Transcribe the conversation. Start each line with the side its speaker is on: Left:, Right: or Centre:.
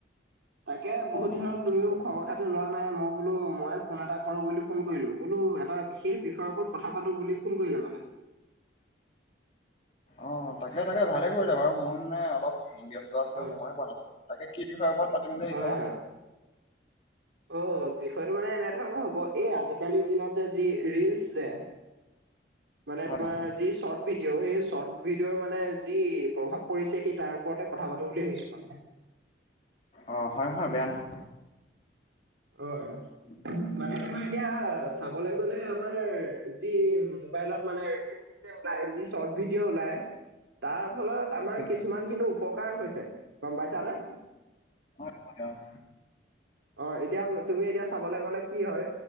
Right: তাকে বহুত
Left: অ
Right: দিন
Left: অ
Right: হ'ল তুমিও
Left: ঠিকে আছে।
Right: খৰ খাতি লোৱা নাই মই বোলো মইে ফোন এটা কৰো বুলি ফোন কৰিলো, বোলো এটা বিশেষ বিষয়ৰ ওপৰত কথা পাতো বুলি ফোন কৰিলো মানে?
Left: অ তাকে তাকে ভালে কৰিলে বাৰু মই মানে অলপ। ব্যস্ত আছিলো
Right: হয়
Left: সময়ো পোৱা নাছিলো, তাকে কি বিষয়ৰ ওপৰত পাতিম বুলি
Right: হয়
Left: ভাবিছেক?
Right: হয় অ বিষয়টো মানে এনেধৰণৰ হ'ব এই আজিকালিৰ দিনত যে যি ৰিলচ যে মানে
Left: হয়
Right: তোমাৰ
Left: হয়
Right: যি চৰ্ট ভিডিঅ' সেই চৰ্ট ভিডিঅৰ মানে যি প্ৰভাৱ পৰিছে সেই তাৰ ওপৰতে কথা পাতো বুলি ভাবিছো মানে।
Left: অ হয় হয় বেয়া নহয়।
Right: হয়।
Left: উম।
Right: মানে তোমাৰ এতিয়া চাবলৈ গলে আমাৰ যি মোবাইলত মানে ৰিলচ ওলাই যি চৰ্ট ভিডিঅ ওলাই, তাৰ ফলত আমাৰ
Left: হয়
Right: কিছুমান কিন্তু উপকাৰ হৈছে গম পাইছা নে?
Left: অহ তহতৰ
Right: অ এতিয়া তুমি এতিয়া চাবলৈ গলে কি হয়,